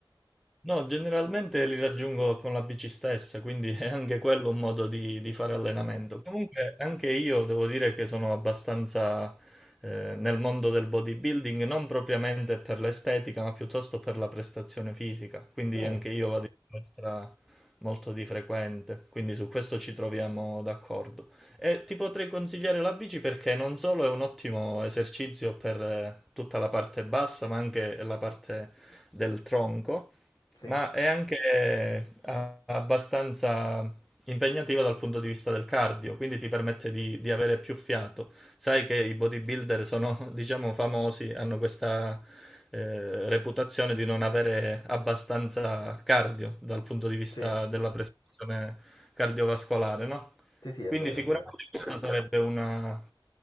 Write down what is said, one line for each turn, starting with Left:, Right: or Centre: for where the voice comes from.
Centre: No, generalmente li raggiungo con la bici stessa, quindi è anche quello un modo di, di fare
Left: Ok.
Centre: allenamento. Comunque anche io devo dire che sono abbastanza eh, nel mondo del bodybuilding, non propriamente per l'estetica, ma piuttosto per la prestazione fisica, quindi
Left: Mm,
Centre: anche io vado in palestra molto di frequente, quindi su questo ci troviamo d'accordo. E ti potrei consigliare la bici perché non solo è un ottimo esercizio per eh, tutta la parte bassa, ma anche la parte del tronco
Left: sì,
Centre: ma è anche a- abbastanza impegnativo dal punto di vista del cardio, quindi ti permette di, di avere più fiato. Sai che i bodybuilder sono, <laughs> diciamo, famosi, hanno questa eh, reputazione di non avere abbastanza cardio dal punto di vista
Left: sì,
Centre: della prestazione cardiovascolare, no?
Left: sì, sì, è
Centre: Quindi
Left: vero,
Centre: sicuramente
Left: è vero.
Centre: questa sarebbe una,